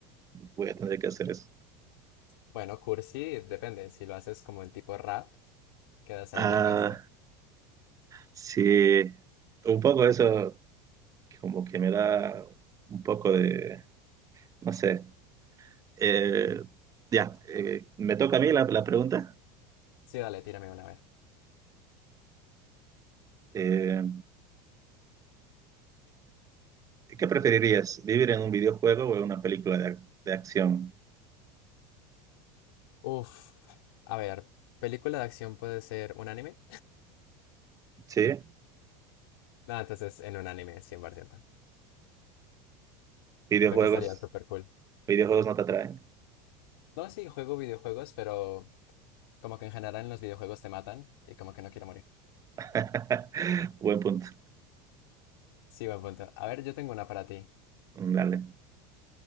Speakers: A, on the right; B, on the left.
A: voy a tener que hacer eso.
B: Bueno, cursi, depende. Si lo haces como en tipo rap, quedas
A: Ah,
B: ahí bien gangster.
A: sí, un poco eso como que me da un poco de, no sé, Eh, ya, eh, me toca a mí la, la pregunta.
B: Sí, dale, tírame una, a ver.
A: Eh, ¿qué preferirías, vivir en un videojuego o en una película de, ac- de acción?
B: Uf, a ver, película de acción puede ser un anime.
A: Sí,
B: No, entonces en un anime, 100%.
A: videojuegos,
B: Siento que estaría súper cool.
A: videojuegos no te atraen.
B: No, sí, juego videojuegos, pero como que en general en los videojuegos te matan y como que no quiero morir.
A: <laughs> Buen punto,
B: Sí, buen punto. A ver, yo tengo una para ti.
A: Mm, dale.